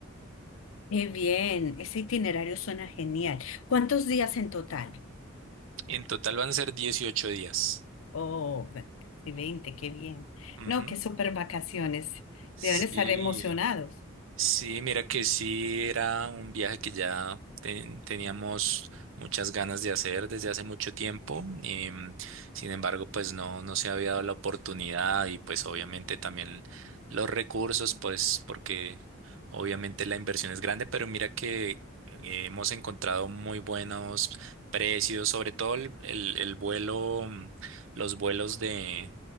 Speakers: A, on the left (about 75°); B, on the right (about 70°).
A: Qué bien, ese itinerario suena genial. ¿Cuántos días en total?
B: En total van a ser 18 días.
A: Oh, ve- casi veinte qué bien.
B: Ujú.
A: No, qué súper vacaciones.
B: Sí.
A: Deben estar emocionados.
B: Sí, mira que sí era un viaje que ya ten- teníamos muchas ganas de hacer desde hace mucho tiempo. em, sin embargo, pues no, no se había dado la oportunidad y pues obviamente también los recursos, pues porque obviamente la inversión es grande, pero mira que eh, hemos encontrado muy buenos precios, sobre todo el, el- el vuelo, mm, los vuelos de,